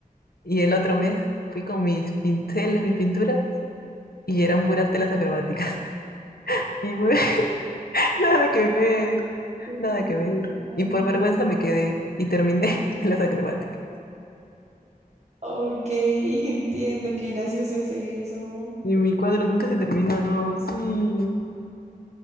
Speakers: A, on the left; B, on the right.
A: y el otro mes fui con mis pinceles, mis pinturas y eran puras telas acrobáticas. <laughs> Y fue <laughs> nada que ver.
B: Entiendo.
A: Nada que ver. Y por vergüenza me quedé y terminé <laughs> de las acrobáticas.
B: Ok, <laughs> entiendo, qué gracioso es eso.
A: Y mi cuadro nunca se terminó, sí.